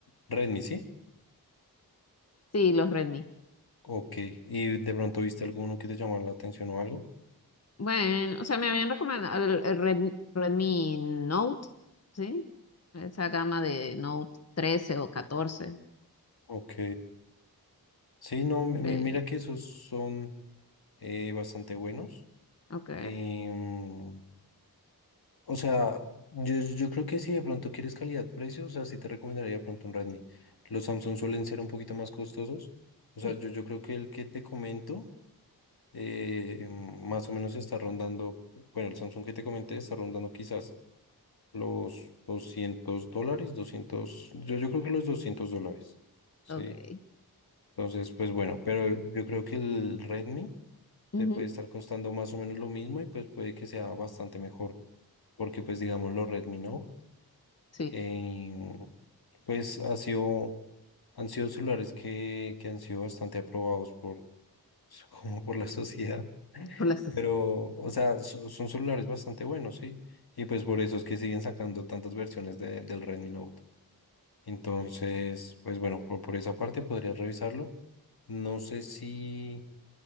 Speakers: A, on the left; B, on the left.
A: Redmi, ¿sí?
B: Sí, los Redmi.
A: Ok, ¿y de pronto viste alguno que te llamara la atención o algo?
B: Bueno, o sea, me habían recomendado el, el Redmi, Redmi Note, ¿sí? Esa gama de Note 13 o catorce.
A: Ok, sí, no, mi- mi-
B: eh,
A: mira que esos son eh, bastante buenos.
B: ok,
A: Em, o sea, yo, yo creo que si de pronto quieres calidad-precio, o sea, sí te recomendaría de pronto un Redmi. Los Samsung suelen ser un poquito más costosos. O
B: sí,
A: sea, yo, yo creo que el que te comento eh, em, más o menos está rondando, bueno, el Samsung que te comenté está rondando quizás Los 200 dólares, doscientos yo, yo creo que los 200 dólares. Sí.
B: ok.
A: Entonces, pues bueno, pero yo creo que el Redmi
B: Ujú,
A: te puede estar costando más o menos lo mismo y pues puede que sea bastante mejor, porque pues digamos los Redmi Note,
B: sí,
A: em, pues ha sido, han sido celulares que, que han sido bastante aprobados por, <laughs> como por la sociedad,
B: por las...
A: pero, o sea, so- son celulares bastante buenos, sí. Y pues por eso es que siguen sacando tantas versiones de- del Redmi Note. Entonces, pues bueno, por, por esa parte podrías revisarlo. No sé si,